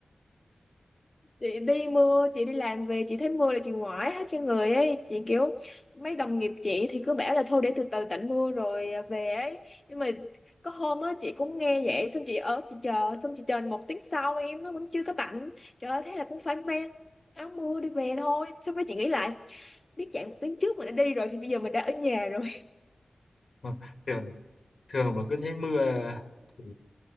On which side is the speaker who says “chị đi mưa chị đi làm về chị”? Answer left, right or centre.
Left